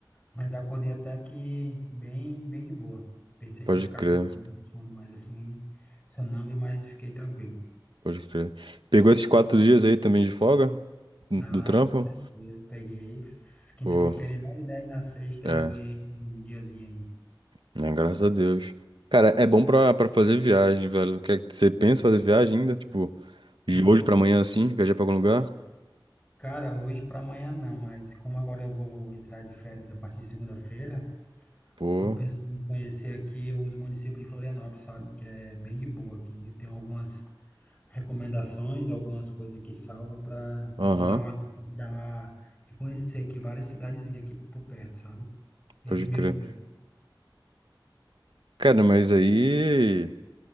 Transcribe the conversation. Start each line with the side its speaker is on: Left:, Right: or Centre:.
Left: mas acordei até que bem, bem de boa. Pensei
Right: Pode
Left: que ia ficar
Right: crer,
Left: com um sono mais assim, sonâmbulo, mas fiquei tranquilo.
Right: pode crer. Pegou esses quatro dias aí também de folga
Left: Ah,
Right: do trampo?
Left: com certeza, peguei. Quinta
Right: Pô,
Left: foi feriado, né? E na sexta
Right: é,
Left: ainda ganhei um diazinho aí.
Right: né, graças a Deus. Cara, é bom pra, pra fazer viagem, velho. Quer, você pensa em fazer viagem ainda? Tipo, De
Left: Ah,
Right: hoje pra amanhã, assim, viajar pra algum lugar?
Left: cara, hoje para amanhã não, mas como agora eu vou entrar de férias a partir de segunda-feira.
Right: Pô,
Left: Tô pensando em conhecer aqui os municípios de Florianópolis, sabe? Que é bem de boa aqui. Eu tenho algumas recomendações, algumas coisas aqui salva para para
Right: aham,
Left: me dar uma me dar e conhecer aqui várias cidadezinhas aqui por perto, sabe? Eu
Right: pode
Left: e minha
Right: crer.
Left: mulher.
Right: Cara, mas aí.